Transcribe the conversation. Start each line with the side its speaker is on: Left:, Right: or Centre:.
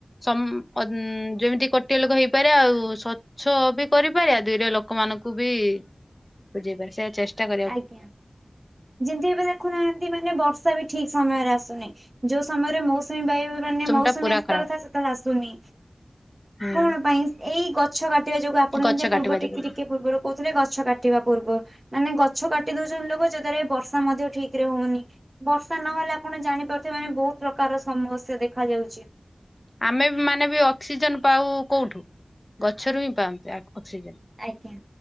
Left: ଯେମିତି କୋଟିଏ ଲୋକ ହେଇପାରେ ଆଉ ଗଛ ବି କରିପାର ଆ ଦୁଇରେ ଲୋକମାନଙ୍କୁ ବି ବୁଝେଇ ପାର ସେ ଚେଷ୍ଟା କରି
Right: ଆଜ୍ଞା ଯେମିତି ଏବେ ଦେଖୁନାହାନ୍ତି ମାନେ ବର୍ଷା ବି ଠିକ ସମୟରେ ଆସୁନି ଯୋଉ ସମୟରେ ମୋ ମୌସୁମୀ ବାୟୁ ମାନେ ମୌସୁମୀ
Left: ଟା ପୁରା
Right: ଆସିବା
Left: ଖରାପ
Right: କଥା ସେତେବେଳେ ଆସୁନି
Left: ହୁଁ
Right: କଣ ପାଇଁ ଏଇ ଗଛ କାଟିବା ଯୋଗୁ ଆପଣ ଯେମିତି
Left: ଗଛ
Right: ପୂର୍ବ
Left: କାଟିବା
Right: ଟିକେ
Left: ଯୋଗୁରୁ
Right: ଟିକେ ପୂର୍ବରୁ କହୁଥିଲେ ଗଛ କାଟିବା ପୂର୍ବରୁ ମାନେ ଗଛ କାଟି ଦଉଛନ୍ତି ଲୋକ ଯାହା ଦ୍ଵାରା ବର୍ଷା ମଧ୍ୟ ଠିକ ରେ ହଉନି। ବର୍ଷା ନହେଲେ ଆପଣ ଜାଣିପାରୁଥିବେ ମାନେ ବହୁତ ପ୍ରକାର ସମସ୍ୟା ଦେଖା ଯାଉଛି।
Left: ଆମେ ମାନେ ବି ଅକ୍ସିଜେନ ପାଉ କୋଉଠୁ ଗଛରୁ ହିଁ ପାଉନ୍ତୁ ଅକ୍ସିଜେନ।
Right: ଆଜ୍ଞା।